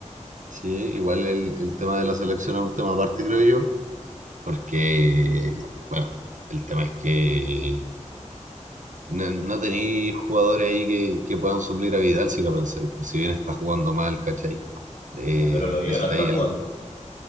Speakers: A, on the right; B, on the left.
A: sí, igual el, el tema de la selección es un tema aparte, creo yo, porque, bueno, el tema es que no, no tenéis jugadores ahí que, que puedan suplir a Vidal si lo pensáis, pues, si bien está jugando mal, ¿cachai? Eh,
B: Ya, pero lo la
A: necesitáis
B: está jugando.
A: al-